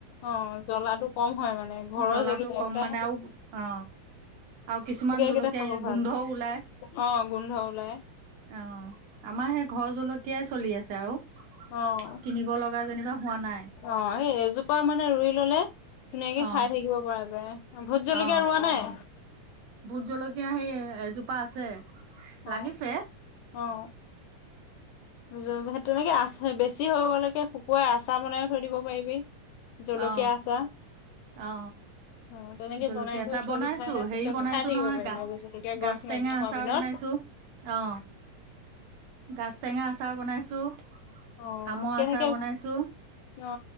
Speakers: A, on the left (about 80°); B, on the right (about 65°).
A: অ জ্বলাটো কম হয় মানে ঘৰৰ
B: জ্বলাটো
A: জ্বল
B: কম মানে আৰু অ আৰু কিছুমান জলকীয়া
A: কেইটা খাব ভাল।
B: গোন্ধও ওলাই
A: অ গোন্ধ ওলায়।
B: অ আমাৰ সেই ঘৰৰ জলকীয়াই চলি আছে আৰু। <unintelligible>
A: অ',
B: কিনিব লগা যেনিবা। হোৱা নাই
A: অ এই এজোপা মানে ৰুই। ল'লে। ধুনীয়াকে
B: অ
A: খাই থাকিব পৰা যায় ভোট জলকীয়া
B: অ
A: ৰোৱা নাই।
B: ভোট জলকীয়া সেই এজোপা আছে।
A: অ
B: লাগিছে
A: অ। <unintelligible> তেনেকে আচ বেছি হৈ গকে শুকুৱাই আচাৰ বনাই থৈ দিব পাৰিবি। জলকীয়া
B: অ
A: আচাৰ।
B: অ
A: অ তেনেকে
B: জলকীয়া
A: বনাই কৰি
B: আচাৰ
A: থৈ
B: বনাইছো
A: দি পেলাই
B: হেৰি
A: পিছত
B: বনাইছো
A: খাই থাকিব
B: নহয়
A: পাৰিবি
B: গাজ
A: আৰু জলকীয়া গছ
B: গাজ
A: নাইকিয়া
B: টেঙা
A: হোৱাৰ
B: আচাৰ
A: দিনত।
B: বনাইছো। অ গাজ টেঙা আচাৰ বনাইছো।
A: অ
B: আমৰ
A: কেনেকে
B: আচাৰ
A: অ
B: বনাইছো